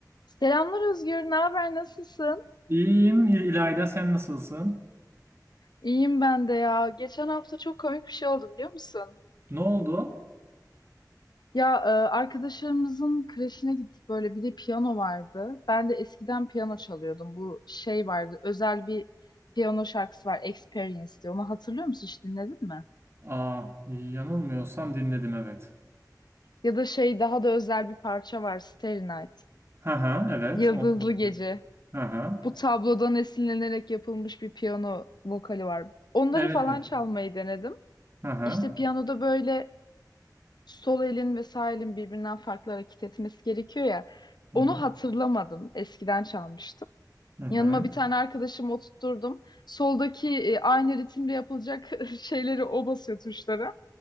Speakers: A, on the left (about 75°); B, on the right (about 35°).
A: Selamlar Özgür, ne haber, nasılsın?
B: İyiyim İl- İlayda sen nasılsın?
A: İyiyim ben de ya. Geçen hafta çok komik bir şey oldu biliyor musun?
B: Ne oldu?
A: Ya e, arkadaşlarımızın kreşine gittik böyle bir de piyano vardı. Ben de eskiden piyano çalıyordum. Bu şey vardı özel bir piyano şarkısı var Experience diye. Onu hatırlıyor musun hiç dinledin mi?
B: Aa, yanılmıyorsam dinledim evet.
A: Ya da şey daha da özel bir parça var Starry Night.
B: Hı hı evet.
A: Yıldızlı
B: Onu biliyorum.
A: Gece.
B: Hı hı.
A: Bu tablodan esinlenerek yapılmış bir piyano vokali var. Onları
B: Evet
A: falan
B: evet.
A: çalmayı denedim.
B: Hı hı.
A: İşte piyanoda böyle sol elin ve sağ elin birbirinden farklı hareket etmesi gerekiyor ya.
B: Hı
A: Onu
B: hı.
A: hatırlamadım. Eskiden çalmıştım.
B: Hı hı.
A: Yanıma bir tane arkadaşımı oturtturdum. Soldaki e, aynı ritimle yapılacak <laughs> şeyleri o basıyor tuşları.